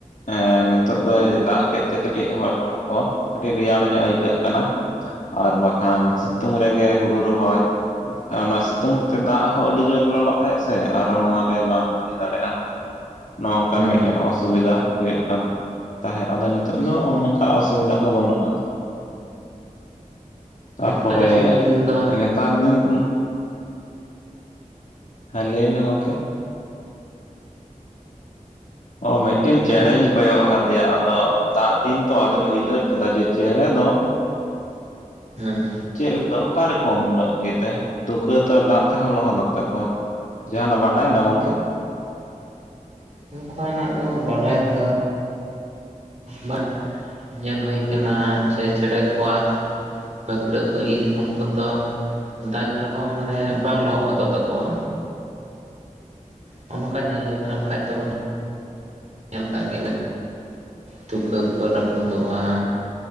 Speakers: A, on the left; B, on the right.
A: ᱮᱸ ᱱᱤᱛᱚᱜ ᱫᱚᱭ ᱫᱟᱜ ᱠᱮᱫ ᱛᱮ ᱠᱟᱹᱴᱤᱡ ᱦᱚᱭᱞᱚᱝ ᱠᱚ, ᱠᱟᱹᱴᱤᱡ ᱨᱮᱭᱟᱲ ᱧᱚᱜ ᱟᱹᱭᱠᱟᱹᱜ ᱠᱟᱱᱟ᱾ ᱟᱨ ᱵᱟᱠᱷᱟᱱ ᱥᱤᱛᱩᱝ ᱨᱮᱜᱮ ᱦᱩᱲᱩ ᱨᱚᱦᱚᱭ ᱚᱱᱟ ᱥᱤᱛᱩᱝ ᱛᱮ ᱫᱟᱜ ᱦᱚᱸ ᱟᱹᱰᱤ ᱡᱳᱨ ᱞᱚᱞᱚ ᱛᱟᱦᱮᱸᱥ ᱥᱮ ᱟᱨᱚ ᱱᱚᱣᱟ ᱨᱮ ᱵᱟᱢ ᱪᱤᱠᱟᱹ ᱫᱟᱲᱮᱭᱟᱜᱼᱟ, ᱱᱚᱜᱝᱠᱟᱱ
B: ᱦᱩᱸ
A: ᱢᱤᱫ ᱚᱥᱩᱵᱤᱫᱟ ᱦᱩᱭᱩᱜ ᱠᱟᱱ ᱛᱟᱦᱮᱸᱜᱽ, ᱟᱫᱚ ᱱᱤᱛᱚᱜ
B: ᱦᱩᱸ
A: ᱫᱚ ᱚᱱᱠᱟ ᱚᱥᱩᱵᱤᱫᱟ ᱠᱚ ᱵᱟᱹᱱᱩᱜᱼᱟ᱾ ᱛᱟᱨᱯᱚᱨᱮ
B: ᱚᱱᱠᱟᱜᱮ ᱥᱤᱛᱩᱝ ᱫᱤᱱ ᱫᱚ
A: <unintelligible> ᱛᱟᱨᱫᱤᱱ ᱩᱸᱜᱽ ᱦᱮᱸ ᱞᱟᱹᱭ ᱢᱮ ᱜᱚᱝᱠᱮ? ᱚ ᱢᱤᱫᱽᱴᱮᱱ
B: ᱦᱩᱸ
A: ᱪᱮᱬᱮᱧ ᱠᱚᱭᱚᱜ ᱟᱠᱟᱫᱮᱭᱟ, ᱟᱫᱚ ᱫᱟᱜ ᱫᱤᱱ ᱛᱚ, ᱟᱫᱚᱧ ᱩᱭᱦᱟᱹᱨ ᱠᱮᱫᱟ ᱡᱮ ᱪᱮᱬᱮ ᱫᱚ
B: ᱦᱚᱻᱸ
A: ᱪᱮᱫ ᱫᱚ ᱚᱠᱟᱨᱚᱠᱚᱢ ᱩᱢᱩᱞᱚᱜ ᱜᱮᱛᱮ ᱛᱩᱠᱟᱹᱛᱮ ᱫᱟᱜ ᱛᱮᱦᱚᱸ ᱞᱚᱦᱚᱫᱚᱜ ᱛᱟᱠᱚᱣᱟ ᱡᱟᱦᱟᱱᱟᱜ ᱵᱟᱰᱟᱭᱱᱟ ᱜᱚᱝᱠᱮ
B: ᱱᱚᱝᱠᱟᱱᱟᱜ ᱫᱚ ᱵᱟᱰᱟᱭ ᱫᱚ ᱵᱟᱝ ᱧᱮᱞ ᱦᱩᱭ ᱠᱟᱱᱟ ᱡᱮ ᱪᱮᱬᱮ ᱠᱚᱣᱟᱜ ᱯᱟᱹᱠᱲᱟᱹ ᱠᱚ ᱤᱞ ᱠᱚᱠᱩ ᱫᱚ ᱫᱟᱜᱽ ᱨᱮᱦᱚᱸ ᱢᱟᱱᱮ ᱵᱟᱝ ᱞᱚᱦᱚᱫ ᱦᱚᱫᱚᱜ ᱛᱟᱠᱚᱣᱟ ᱦᱮᱸ ᱱᱚᱠᱟ ᱧᱮᱞ ᱦᱩᱭ ᱠᱟᱱᱟ ᱵᱟᱠᱷᱟᱡ ᱛᱚ ᱧᱮᱞ ᱠᱟᱜ <unintelligible> <unintelligible> ᱛᱩᱠᱟᱹ ᱠᱚ ᱨᱟᱹᱯᱩᱫᱚᱜᱼᱟ,